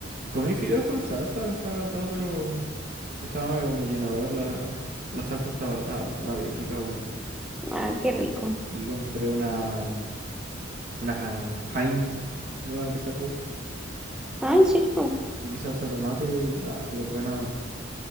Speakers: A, on the right; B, in the centre.
A: comí fideos con salsa, la verdad, pero estaba como llenador, la, la salsa estaba, estaba, estaba bien rica, weón.
B: Ah, qué rico.
A: Y compré una, una Ja- Heinz nueva que sacó,
B: Ah, ¿en serio?
A: sin salsa de tomate, nada, súper buena,